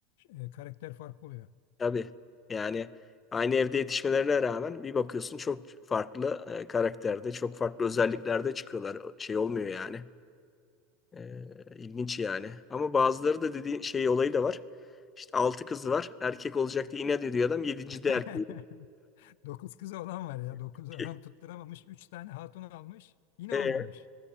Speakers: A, on the left (about 70°); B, on the left (about 20°).
A: e, karakter farkı oluyor.
B: tabii yani aynı evde yetişmelerine rağmen bir bakıyorsun çok farklı e, karakterde çok farklı özelliklerde çıkıyorlar. Şey olmuyor yani. Ee, ilginç yani. Ama bazıları da dediği şey olayı da var. İşte altı kızı var. Erkek olacak diye inat ediyor adam. Yedinci
A: <laughs>
B: de erkeği.
A: Dokuz kızı olan var ya. Dokuz
B: <laughs>
A: adam tutturamamış. Üç tane hatun almış. Yine
B: E,
A: olmamış.